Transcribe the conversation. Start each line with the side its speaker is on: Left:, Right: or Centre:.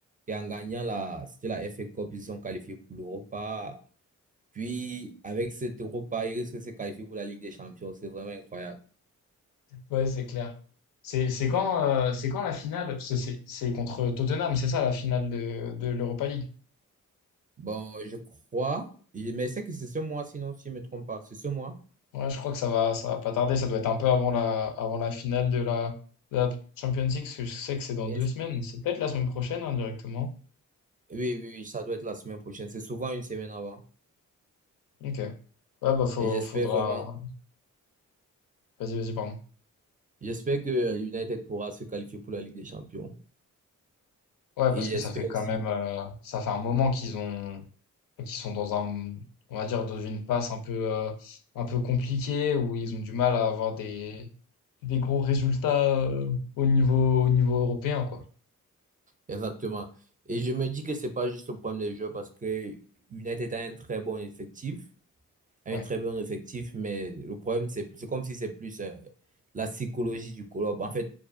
Right: et en gagnant la, c'était la FA Cup, ils sont qualifiés pour l'Europa. Puis, avec cette Europa, ils risquent de se qualifier pour la Ligue des Champions. C'est vraiment incroyable.
Left: ouais, c'est clair. C'est, c'est quand, euh, c'est quand la finale? Parce que c'est, c'est contre Tottenham, c'est ça, la finale de, de l'Europa League.
Right: Bon, je crois, je- mais c'est que c'est ce mois, sinon, si je ne me trompe pas, c'est ce mois.
Left: Ouais, je crois que ça va, ça va pas tarder, ça doit être un peu avant la, avant la finale de la, de la Champions League, parce que je sais que c'est dans
Right: Et-
Left: deux semaines, c'est peut-être la semaine prochaine, hein, directement.
Right: oui, oui, oui, ça doit être la semaine prochaine. C'est souvent une semaine avant.
Left: Ok. Ouais, bah faut,
Right: Et j'espère
Left: faudra.
Right: vraiment,
Left: Vas-y, vas-y, pardon.
Right: j'espère que euh, United pourra se qualifier pour la Ligue des Champions.
Left: Ouais,
Right: Et
Left: parce
Right: j'espère
Left: que ça fait quand
Right: aussi,
Left: même, euh, ça fait un moment qu'ils ont, qu'ils sont dans un, on va dire dans une passe un peu, euh, un peu compliquée où ils ont du mal à avoir des, des gros résultats euh, au niveau, au niveau européen, quoi.
Right: exactement. Et je me dis que c'est pas juste le problème des joueurs parce que United a un très bon effectif, a un
Left: Ouais.
Right: très bon effectif, mais le problème, c'est c'est comme si c'est plus euh, la psychologie du club. En fait,